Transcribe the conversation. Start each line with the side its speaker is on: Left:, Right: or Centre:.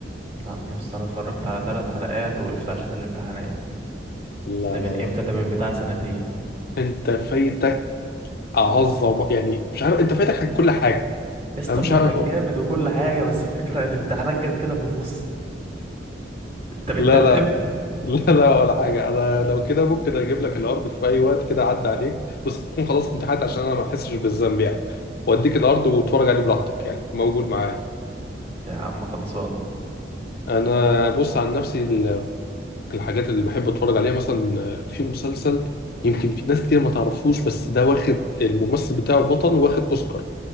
Right: لا يا اسطى انا اتفرجت على ثلاث حلقات وقفت عشان الامتحانات
Left: لا
Right: ده
Left: لا
Right: من
Left: لا
Right: امتى ده من بتاع سنتين
Left: انت فايتك اعظم يعني مش عارف انت فايتك كل حاجه
Right: يا اسطى
Left: انا مش
Right: ما هو
Left: عارف
Right: كان
Left: أقول.
Right: جامد وكل حاجة بس الفكرة الامتحانات جت كده في النص انت بتندمني
Left: لا لا لا لا ولا حاجة أنا لو كده ممكن أجيب لك الأرض في أي وقت كده عدى عليك بس تكون خلاص امتحنت عشان أنا ما أحسش بالذنب يعني وأديك الأرض واتفرج عليه براحتك يعني موجود معايا
Right: يا عم خلصان
Left: أنا بص عن نفسي ال- الحاجات اللي بحب أتفرج عليها مثلا في مسلسل يمكن في ناس كتير ما تعرفوش بس ده واخد الممثل بتاعه البطل واخد أوسكار